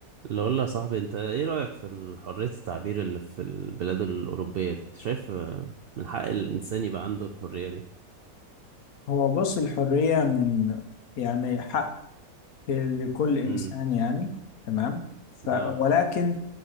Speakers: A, on the right (about 70°); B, on the left (about 75°).
A: اللي اقول يا صاحبي انت ايه رأيك في حرية التعبير اللي في البلاد الأوروبية دي انت شايف آه، من حق الإنسان يبقى عنده الحرية دي
B: هو بص الحرية من يعني حق لكل إنسان
A: امم
B: يعني تمام ف
A: اه
B: ولكن